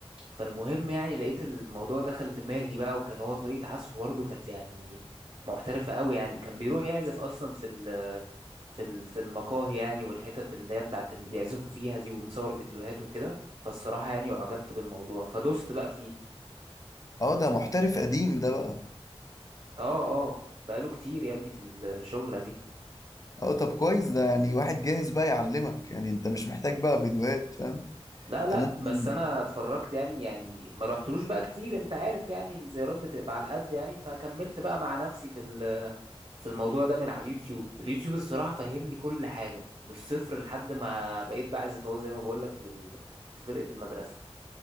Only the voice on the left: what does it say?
اه ده محترف قديم ده بقى
اه طب كويس ده يعني واحد جاهز بقى يعلمك يعني انت مش محتاج بقى فيديوهات فاهم
انت
ممكن